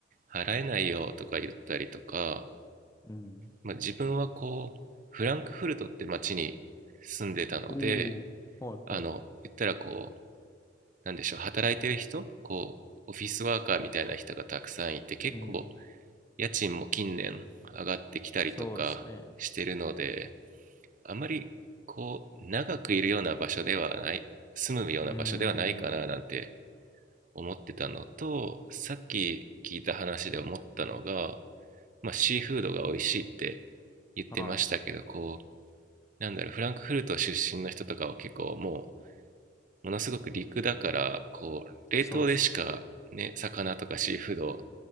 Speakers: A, on the right; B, on the left.
A: 払えないよとか言ったりとか、
B: うん。
A: まあ自分はこう、フランクフルトって街に住んでたので、
B: おー。はいはい。
A: あの、言ったらこう、なんでしょう、働いてる人、こう、オフィスワーカーみたいな人がたくさんいて、結構、
B: うん。
A: 家賃も近年上がってきたりとかしてるので、
B: そうですね。
A: あまり、こう、長くいるような場所ではない、住むような場所ではないかななんて
B: うーん。
A: 思ってたのと、さっき聞いた話で思ったのが、まあ、シーフードが美味しいって言ってましたけど、
B: はい。
A: こう、なんだろう、フランクフルト出身の人とかは結構もう、ものすごく陸だからこう冷凍でしかね魚とかシーフードを
B: そうですね。